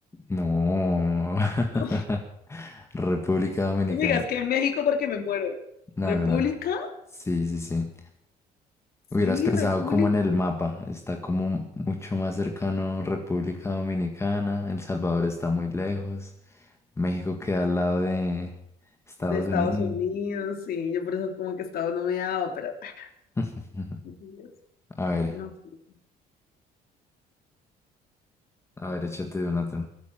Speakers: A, on the left; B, on the left.
A: No. <laughs>
B: No
A: República Dominicana.
B: no me digas que en México porque me muero.
A: No,
B: ¿República?
A: no, no. Sí, sí, sí.
B: Sí,
A: Hubieras pensado
B: República
A: como en el mapa, está como mucho más cercano República Dominicana, El Salvador está muy lejos, México queda al lado de Estados
B: de Estados
A: Unidos.
B: Unidos, sí, yo por eso como que Estados no me daba, pero ay,
A: <laughs>
B: Dios,
A: A ver,
B: no, sí.
A: a ver, échate una tú.